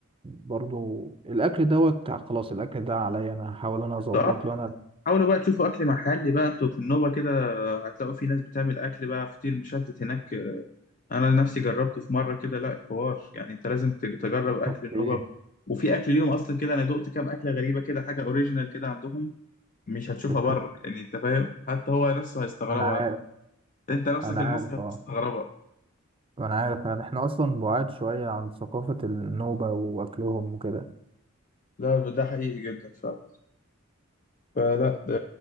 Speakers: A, on the right; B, on the left.
A: برضو الأكل دوت خلاص الأكل ده عليا أنا هحاول أنا أظبط
B: انت آه
A: له أنا
B: حاولوا بقى تشوفوا اكل محلي بقى انتوا في النوبة كده آه، هتلاقوا في ناس بتعمل اكل بقى فطير مشلتت هناك آه انا نفسي جربته في مرة كده لا حوار يعني انت لازم ت- تجرب اكل
A: اوكي
B: النوبة وفي اكل ليهم اصلا كده انا دقت كام اكلة غريبة كده حاجة اوريجينال كده عندهم مش هتشوفها
A: اوكي
B: بره يعني انت فاهم حتى هو نفسه هيستغربها
A: انا عارف
B: انت نفسك
A: انا
B: المصري
A: عارف
B: هتستغربها
A: اه ما انا عارف يعني احنا اصلا بعاد شوية عن ثقافة النوبة واكلهم وكده
B: لا ده حقيقي جدا فعلا فلا ده